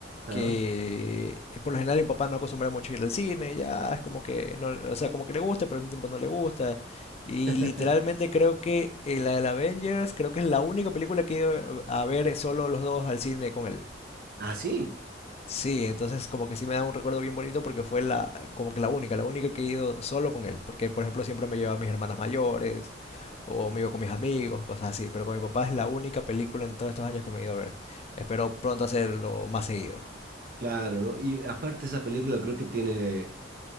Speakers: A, on the right (about 50°); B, on the left (about 35°).
A: Ah,
B: que eh, por lo general mi papá no acostumbra mucho a ir al cine, ya es como que no, o sea, como que le gusta, pero al mismo tiempo no le gusta. Y
A: <laughs>
B: literalmente creo que eh, la del Avengers creo que es la única película que he ido a ver solo los dos al cine con él.
A: Ah, sí,
B: Sí, entonces como que sí me da un recuerdo bien bonito porque fue la como que la única, la única que he ido solo con él, porque por ejemplo siempre me llevaba a mis hermanas mayores o me iba con mis amigos, cosas así, pero con mi papá es la única película en todos estos años que me he ido a ver. Espero pronto hacerlo más seguido.
A: claro, ¿no? Y aparte esa película creo que tiene